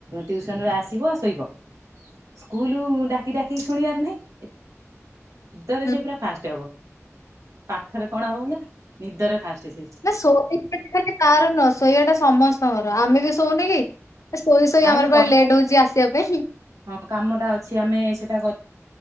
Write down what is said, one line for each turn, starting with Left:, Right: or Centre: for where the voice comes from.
Right: ଟିଉସନ୍ ରୁ ଆସିବ ଶୋଇବ ସ୍କୁଲ ଡାକି ଡାକି ଶୁଣିବାର ନାହିଁ। ଗୀତରେ
Left: ହୁଁ
Right: ସିଏ ପୁରା ଫାଷ୍ଟ ହବ। ପାଠରେ କଣ ହବ ନାଁ ନିଦରେ ଫାଷ୍ଟ ସେ।
Left: ନା ଖାଲି ତାର ନୁହ ଶୋଇବା ଟା ସମସ୍ତଙ୍କର ଆମେ ବି ଶୋଉନ କି। ଶୋଇ ଶୋଇ
Right: ତାହେଲେ
Left: ଆମର
Right: କରିବା।
Left: ପୁରା ଲେଟ୍ ହଉଛି ଆସିବା ପାଇଁ।
Right: ହଁ କାମଟା ଅଛି ଆମେ ସେଇଟା କ